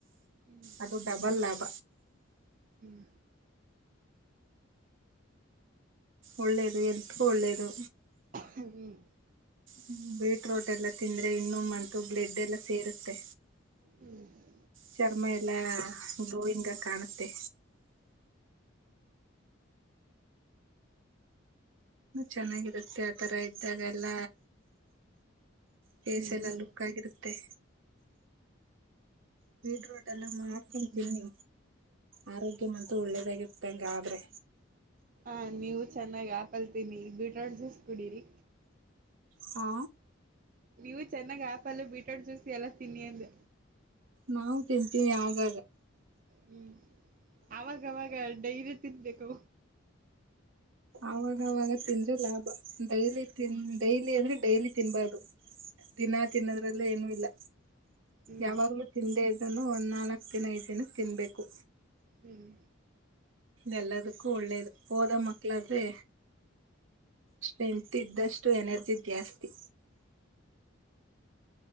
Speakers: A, on the right (about 40°); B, on the right (about 70°).
A: ಹ್ಮ್
B: ಅದು ಡಬಲ್ ಲಾಭ
A: ಹ್ಮ್
B: ಒಳ್ಳೇದು ಹೇಳ್ರ್ಹ್ ಒಳ್ಳಳ್ಳೇದು
A: ಹ್ಮ್
B: ಹ ಬೀಟ್ರೋಟ್ ಎಲ್ಲ ತಿಂದ್ರೆ ಇನ್ನೊಮ್ಮಂತು ಬ್ಲೆಡ್ ಎಲ್ಲ ಸೇರುತ್ತೆ
A: ಹ್ಮ್
B: ಚರ್ಮ ಎಲ್ಲಾ ಗ್ಲೋಯಿಂಗ ಕಾಣುತ್ತೆ ಚೆನ್ನಾಗಿರುತ್ತೆ ಆತರ ಇದ್ದಾಗೆಲ್ಲ ಫೇಸ್
A: ಹ್ಮ್
B: ಎಲ್ಲ ಲುಕ್ ಆಗಿರುತ್ತೆ ಬೀಡ್ ರೋಟ್ ಎಲ್ಲ ಮಾಡ್ತರ್ತೀಿಿ ಆರೋಗ್ಯ ಅಂತ ಒಳ್ಳೆದಾಗಿರ್ತಂಗ ಆದ್ರೆ
A: ಹ ನೀವು ಚೆನ್ನಾಗಿ್ ಆಪಲ್ತೀನಿ ಬೀಟ್ರೋಟ್ ಜೂಸ್ ಕುಡೀರಿ
B: ಹಾ
A: ನೀವು ಚೆನ್ನಾಗ್ ಆ್ಯಪಲ್ಲಿ ಬೀಟ್ರೂಟ್ ಜ್ಯೂಸ್ ಎಲ್ಲ ತಿನ್ನಿ ಅಂದ
B: ನಾವು ತಿಂತೀವಿ ಯಾವಾಗ
A: ಹ್ಮ್ ಅವಾಗವಾಗ ಡೈಲಿ ತಿನ್ಬೇಕು
B: ಆಾಗವಾಗ ತಿಂದ್ರೆ ಲಾಭ ಡೈಲಿ ತಿನ್ ಡೈಲಿ ಅಂದ್ರೆ ಡೈಲಿ ತಿನ್ಬಾರ್ದು ದಿನಾ ತಿನ್ನೋದ್ರಲ್ಲ ಏನುೂ ಇಲ್ಲ
A: ಹ್ಮ್
B: ಯಾವಾಗ್ಲೂ ತಿಂದೇ ಇದನ್ನು ಒಂದ್ ನಾಲ್ಕ್ ದಿನ ಐದ್ ದಿನಕ್ಕೆ ತಿನ್ಬೇಕು
A: ಹ್ಮ್
B: ಎಲ್ಲದಕ್ಕೂ ಒಳ್ಳೇದು ಹೋದ ಮಕ್ಳಾದ್ರೆ ಸ್ಟ್ರೆಂತ್ ಇದ್ದಷ್ಟು ಎನರ್ಜಿ ಜಾಸ್ತಿ